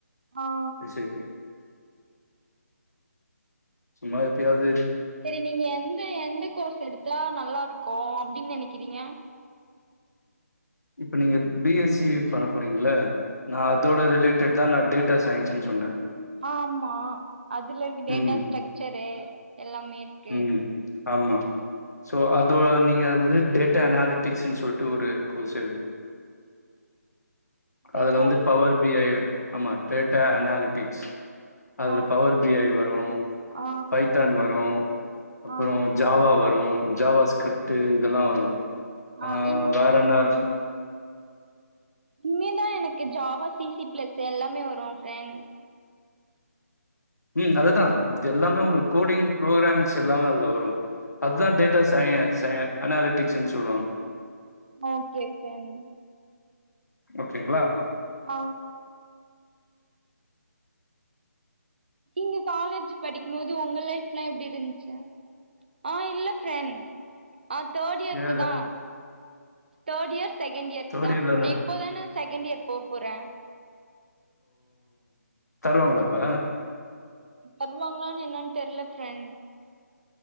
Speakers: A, on the right; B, on the left.
A: ஆ
B: எ சே பி சும்மா எப்பயாது
A: சரி நீங்க எந்த எந்த கோர்ஸ் எடுத்தா நல்லா இருக்கோ அப்டி நினக்கி க்கிறீங்ளா
B: இப்ப நீங்க பி எஸ்சி பண்ண போறீங்ள நா அதோட ரிலேட்டட் தா டேட்டா சயின்ஸ்ன்னு சொன்னே
A: ஆமா அதுல இருக்கு டேட்டா
B: ம்
A: ஸ்ட்ரக்சரு எல்லாமே இருக்கு
B: ம் ஆமா சோ அதோட நீங்க வந்து டேட்டா அனாலிட்டிக்ஸ்னு சொல்ட்டு ஒரு கோர்ஸ் எடு
A: டேட்டா
B: அதுல வந்து
A: ஒன்னு
B: பவர் பி ஐ ஆமா டேட்டா அனாலிட்டிக்ஸ் அதுல
A: ஆ okay
B: power B
A: friend
B: I வரூ
A: ஆ
B: பைத்தான் வரூ அப்றோ
A: ஆ
B: ஜாவா வரூ ஜாவா ஸ்கிரிப்டு இதெல்லா வரு
A: ஆ
B: ஆங்...
A: இன்
B: வேரென்ன பஸ்
A: இனிமேதா எனக்கு ஜாவா சிசி ப்ளஸ் எல்லாமே வரூ ஃப்ரெண்ட்
B: ம் அதுதா இது எல்லாமே உங்களுக் கோடிங் ப்ரோக்ராம்ஸ் எல்லாமே அதுல வரூ அதுதா டேட்டா
A: ஆ
B: சைஅ சைஅ அனாலிட்டிக்ஸ்ன்னு சொல்லுவாங்க
A: ஓகே ஓகே அண்
B: ஓகேங்களா
A: ஆ நீங்க காலேஜ் படிக்கும் போது உங்க லைஃப்ல்லா எப்டி இருந்துச்சு ஆ இல்ல ஃப்ரண்ட் ஆ தேர்ட் இயர்க்கு
B: ஏ இல்ல
A: தா தேர்ட் இயர் செகண்ட் இயருக்கு
B: தேர்ட்
A: தா
B: இயர்லனா
A: ந இப்போதானே செகண்ட் இயர் போ போறே
B: தருவாங்களாப்ப
A: வருவாங்களான்னு என்னன்னு தெர்ல ஃப்ரெண்ட்